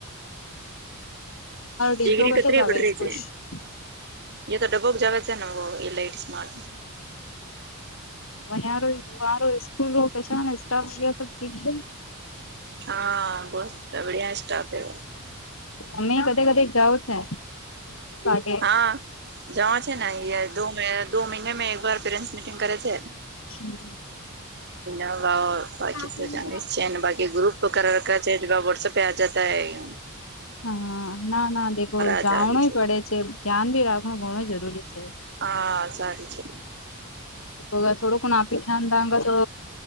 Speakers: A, on the left; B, on the right.
A: દીકરો
B: ડીગ્રી
A: કશે
B: કત્રી
A: જાવે
B: બડરી
A: સ્કૂલ
B: છે.
A: અચ્છા
B: એ તો ડબોક જવાછ નમ એ લઈટસ મા
A: અચ્છા સ્કૂલો રો કશાન સ્ટાફ ગણ ઠીક છે.
B: હા બસ બડીયા સ્ટફ એ
A: અમે કધી કદી જાઓ છે. કાગે
B: હા જવા છે ને યે દો મહિને મે એકવાર પેરેન્ટ્સ મીટિંગ કરે છે.
A: હા.
B: હ વા બાકી
A: હા
B: તો જાણી જ છે ને બાકી ગ્રુપ કર વખર ચેટ વા વાહટસ અપ ને આજા તો એ ગ
A: હા ના ના દેખો
B: આ
A: જાવણુંય
B: જાવે
A: પડે છે ધ્યાન ભી રાખણું ઘણું જરૂરી છે.
B: હા સારી છે‌.
A: હા થોડો કોણ આપી ધ્યાન દા અંગ તો